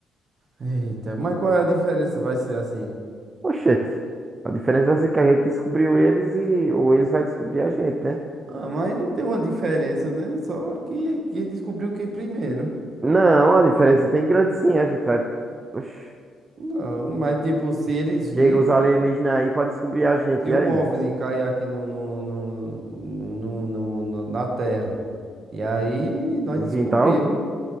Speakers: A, on the right; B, on the right.
A: Eita, mas qual é a diferença? Vai ser assim.
B: Oxente, a diferença vai ser que a gente descobriu eles e ou eles vai descobrir a gente, né?
A: Ah, mas não tem uma diferença, né? Só que, que descobriu quem primeiro.
B: Não, a diferença tem grande sim, a gente vai. Oxi,
A: Não, mas tipo, se eles virem,
B: chega os alienígenas aí pra descobrir a gente,
A: se
B: e
A: um
B: aí?
A: OVNI cair aqui no, no, no, no, no- no- no- na Terra, e aí nós
B: No
A: descobriu,
B: quintal?